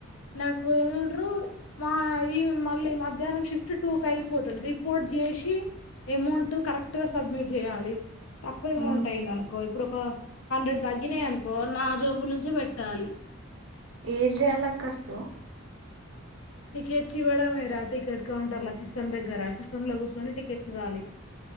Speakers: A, on the left; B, on the right.
A: నాకు ఏమండరు మా ఈ మళ్ళీ మధ్యాహ్నం షిఫ్ట్ టూకి అయిపోతది రిపోర్ట్ చేసి ఎమౌంట్ కరెక్ట్ గా సబ్మిట్ చేయాలి తక్కువ అమౌంట్
B: ఉమ్,
A: అయింది అనుకో ఇప్పుడు ఒక హండ్రెడ్ తగ్గినయి అనుకో నా జోబుల నుంచే పెట్ టాలీ
B: ఏం చేయాలక్క అసలు
A: టికెట్స్ ఇవ్వడమే రా టికెట్ కౌంటర్ల సిస్టమ్ దగ్గర సిస్టమ్ లో కూర్చొని టికెట్స్ ఇవ్వాలి